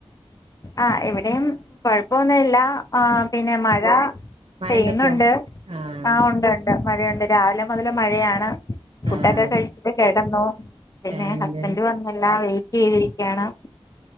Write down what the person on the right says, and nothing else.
മഴണ്ടപ്പോ
ആഹ്
ആഹ്
എന്ത്